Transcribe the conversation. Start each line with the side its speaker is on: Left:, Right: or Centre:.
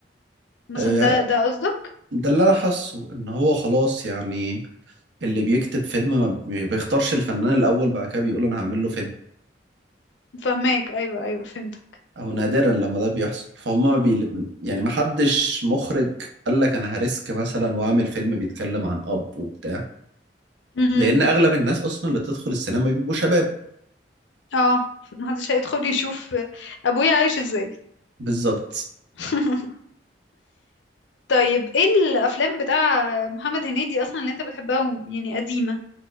Left: مثلا
Right: آه،
Left: ده ده قصدك
Right: ده اللي انا حاسه ان هو خلاص يعني اللي بيكتب فيلم ما بي- بيختارش الفنان الاول بعد كده بيقول انا هعمل له فيلم
Left: فهماك ايوه ايوه فهمتك
Right: او نادرا لما ده بيحصل فهم ما بي... يعني ما حدش مخرج قال لك انا هريسك مثلا واعمل فيلم بيتكلم عن اب وبتاع
Left: امم
Right: لان اغلب الناس اصلا اللي بتدخل السينما بيبقوا شباب
Left: اه محدش هيدخل يشوف ابويا عايش ازاي
Right: بالظبط
Left: <laughs> طيب ايه الافلام بتاع محمد هنيدي اصلا اللي انت بتحبها و- يعني قديمة